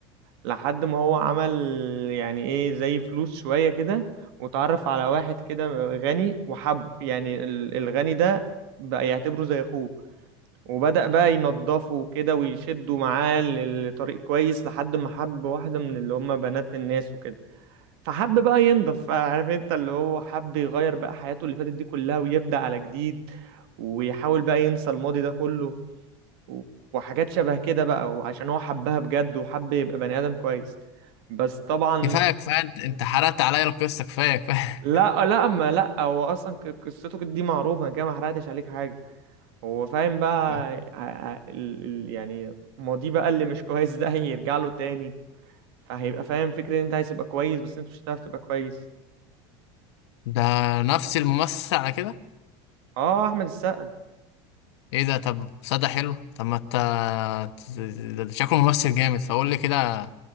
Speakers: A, on the right (about 60°); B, on the left (about 85°).
A: لحد ما هو عمل يعني ايه زي فلوس شوية كده وتعرف على واحد كده غني وحب يعني ال- الغني ده بقى يعتبره زي اخوه وبدأ بقى ينضفه كده ويشده معاه لطريق كويس لحد ما حب واحدة من اللي هم بنات الناس وكده فحب بقى ينضف عارف انت اللي هو حب يغير بقى حياته اللي فاتت دي كلها ويبدأ على جديد ويحاول بقى ينسى الماضي ده كله و- وحاجات شبه كده بقى وعشان هو حبها بجد وحب يبقى بني آدم كويس بس طبعا
B: كفايه كفايه انت أنت حرقت عليا القصه كفايه كفايه
A: لا لا ما لا هو اصلا ق- قصته دي معروفة انا كده ما حرقتش عليك حاجة هو فاهم بقى
B: <laughs>
A: ع- ع- ال- ال- يعني ماضيه بقى اللي مش كويس <laughs> ده هيرجع له تاني فهيبقى فاهم فكرة ان انت عايز تبقى كويس بس انت مش هتعرف تبقى كويس
B: ده نفس الممثل على كده
A: اه احمد السقا
B: ايه ده طب صدى حلو طب ما انت ده ده شكله ممثل جامد فقول لي كده